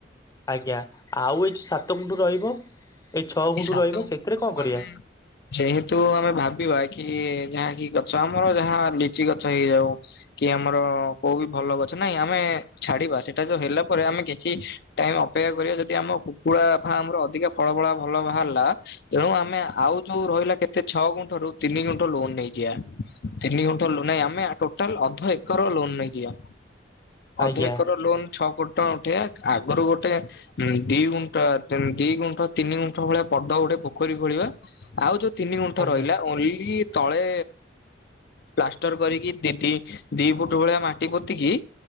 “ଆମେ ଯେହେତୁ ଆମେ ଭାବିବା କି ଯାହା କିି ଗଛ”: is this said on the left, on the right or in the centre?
Left